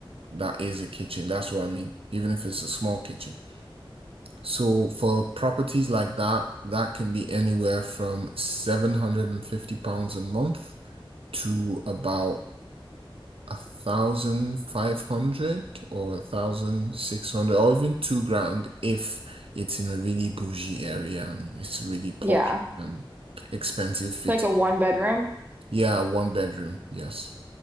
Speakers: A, on the right (about 75°); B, on the right (about 20°).
A: that is a kitchen. That's what I mean, even if it's a small kitchen. So for properties like that, that can be anywhere from 750 pounds a month to about a thousand five hundred or a thousand six hundred or even two grand if it's in a really bougie area and it's really posh
B: Yeah.
A: and expensive fitting.
B: Like a one bedroom.
A: Yeah, one bedroom, yes.